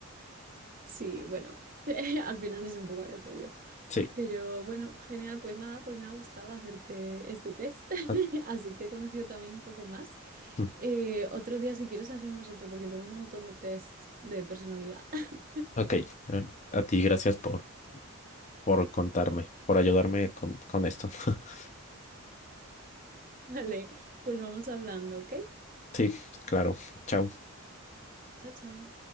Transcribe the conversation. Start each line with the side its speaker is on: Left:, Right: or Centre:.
Right: Sí, bueno, <laughs> al final es un poco aleatorio.
Left: Sí.
Right: Pero bueno, genial, pues nada, pues me ha gustado hacerte este test. <laughs>
Left: A-
Right: Así te he conocido también un poco más.
Left: mm,
Right: Eh, otro día, si quieres, hacemos otro porque tengo un montón de tests de personalidad. <laughs>
Left: Ok. eh, A ti, gracias por, por contarme, por ayudarme con, con esto. <laughs>
Right: Vale, pues vamos hablando, ¿ok?
Left: Sí, claro. Chao.
Right: Chao, chao.